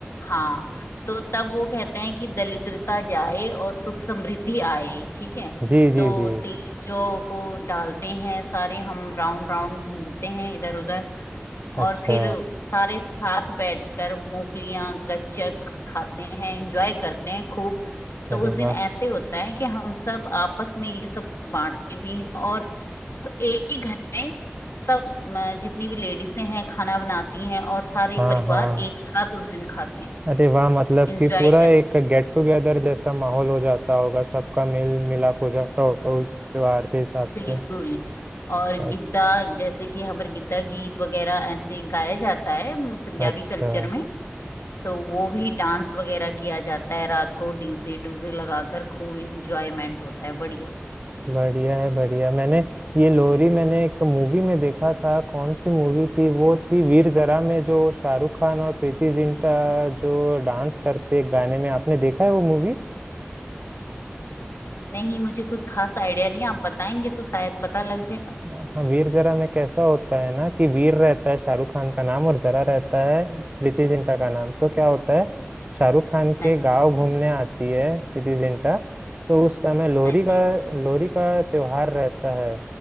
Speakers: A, on the left; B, on the right.
A: हाँ तो तब वो कहते हैं कि दरिद्रता जाए और सुख समृद्धि आए ठीक है
B: जी
A: तो
B: जी जी
A: तिल जौ को डालते हैं सारे हम राउंड राउंड घूमते हैं इधर उधर
B: अच्छा
A: और फिर सारे साथ बैठकर मूंगफलियां गच्चक खाते हैं एंजॉय करते हैं खूब
B: अरे
A: तो उस दिन
B: वाह
A: ऐसे होता है कि हम सब आपस में ये सब कुछ बांटते भी हैं और सब एक ही घर में सब अ, जितनी भी लेडीसें हैं खाना बनाती हैं और सारे
B: हाँ
A: परिवार
B: हाँ
A: एक साथ उस दिन खाते हैं
B: अरे वाह मतलब
A: एंजॉय
B: कि पूरा
A: करते
B: एक गेट टुगेदर जैसा माहौल हो जाता होगा सबका मेल मिलाप हो जाता होगा उस त्योहार के हिसाब
A: हैं
B: से
A: बिल्कुल और
B: अच्छा
A: गिद्दा जैसे कि हमारे गिद्दा गीत वगैरह ऐसे गाया जाता है म, पंजाबी
B: अच्छा
A: कल्चर में तो वो भी डांस वगैरह किया जाता है रात को डीजे डूजे लगाकर खूब इंजॉयमेंट होता है बढ़िया
B: बढ़िया है बढ़िया मैंने ये लोरी मैंने एक मूवी में देखा था कौन सी मूवी थी वो थी वीर जरा में जो शाहरुख खान और प्रीति जिंटा जो डांस करते एक गाने में आपने देखा है वो मूवी
A: नहीं मुझे कुछ खास आइडिया नहीं है, आप बताएंगे तो शायद पता लग जाएगा
B: हाँ वीर जरा में कैसा होता है ना कि वीर रहता है शाहरुख खान का नाम और जरा रहता है प्रीति जिंटा का नाम तो क्या होता है शाहरुख खान
A: हाँ
B: के
A: जी
B: गांव घूमने आती है प्रीति जिंटा तो उस समय लोहरी
A: अच्छा
B: का लोहरी का त्योहार रहता है